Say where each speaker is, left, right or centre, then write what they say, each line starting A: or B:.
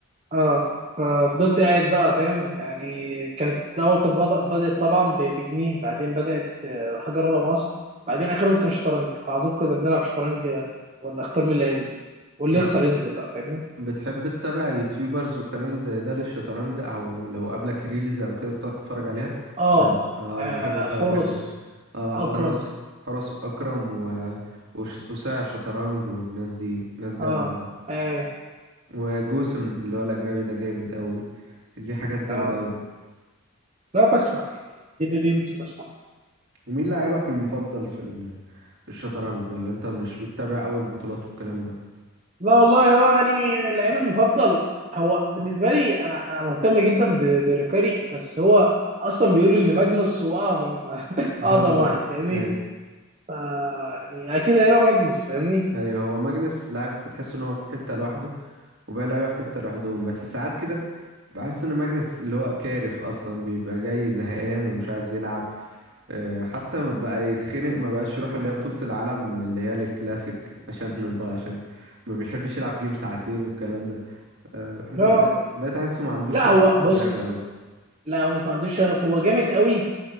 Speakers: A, on the right (about 30°); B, on the right (about 60°).
A: اه ففضلت قاعد بقى فاهم يعني كانت أول طب بدأ- بدأت طبعا ب- بجنيه بعدين بدأت آه، حجر مصر بعدين آخرهم كان شطرنج على طول كنا بنلعب شطرنج آه، ونختار مين اللي هينزل واللي
B: بقى
A: يخسر ينزل بقى فاهمني
B: بتحب تتابع يوتيوبرز وكلام زي ده للشطرنج او لو قابلك ريلز او كده بتقعد تتفرج عليها
A: اه
B: اه آه،
A: آه،
B: انا بحب اتابع
A: حورس
B: الحاجات دي اه
A: أكرم
B: حراس حراس اكرم و وش- وساع الشطرنج والناس دي ناس جامده
A: اه
B: قوي
A: اي
B: وجوسم اللي هو الاجنبي ده جامد قوي ليه حاجات جامده
A: اه
B: قوي
A: لا بسمع يعني دي الريلز بسمع
B: ومين لاعبك المفضل في ال... في الشطرنج ولا انت مش بتتابع اول البطولات والكلام ده
A: لا والله هو يعني لعيبي المفضل هو بالنسبه لي انا انا مهتم جدا ب- بريكاري بس هو اصلا بيقولوا ان ماجنوس هو اعظم <laughs> اعظم
B: اه
A: واحد فاهمني
B: ايوه
A: ف- يعني اكيد هيبقى ماجنوس فاهمني
B: ايوه هو ماجنس لاعب في- تحس ان هو في حته لوحده وبقى لعيبه في حته لوحدهم بس ساعات كده بحس ان ماجنس اللي هو كارف اصلا بيبقى جاي زهقان ومش عايز يلعب أه، حتى ما بقى يتخنق ما بقاش يروح اللي هي بطولة العالم اللي هي للكلاسيك <laughs> عشان بقى عشان ما بيحبش يلعب جيم ساعتين والكلام ده أه، بحس
A: لا
B: بقيت بقيت احسه ما عندوش
A: لا
B: شغف
A: هو
B: للعب
A: بص
B: قوي
A: لا هو مش ما عندوش شغف هو جامد قوي